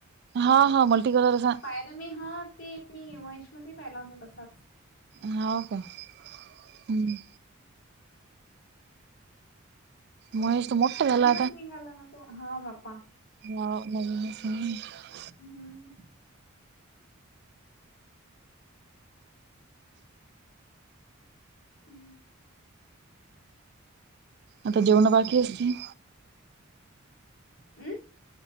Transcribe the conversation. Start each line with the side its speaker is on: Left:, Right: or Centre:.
Right: हा हा मल्टी कलर अस.
Left: पाहिलं मी हा ते मी महेशमती पाहिला होता तसाच.
Right: हाव का हम्म. महेश तर मोठा झाला
Left: नवीनच निघालं ना तो हा बापा.
Right: नाव नवीनच आहे.
Left: म कम
Right: आता जेवण बाकी असतील?
Left: अं.